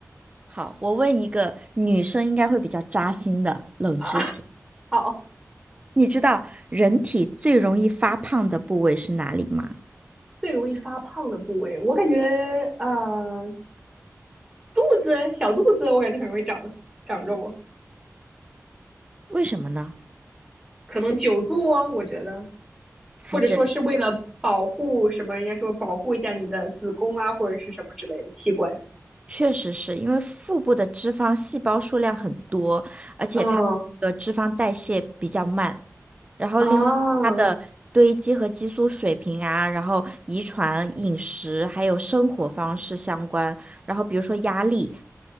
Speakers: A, on the right (about 20°); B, in the centre.
A: 好，我问一个女生应该会比较扎心的冷知识，
B: <laughs> 啊。好，
A: 你知道人体最容易发胖的部位是哪里吗？
B: 最容易发胖的部位，我感觉呃，肚子，小肚子，我感觉很容易长长肉，
A: 为什么呢？
B: 可能久坐，我觉得，
A: 还真。
B: 或者说是为了保护什么，人家说保护一下你的子宫啊，或者是什么之类的器官。
A: 确实是因为腹部的脂肪细胞数量很多，而且它的那个脂肪代谢比较慢，
B: 嗯
A: 然后另外它的堆积和激素水平啊，
B: 啊
A: 然后遗传、饮食还有生活方式相关，然后比如说压力，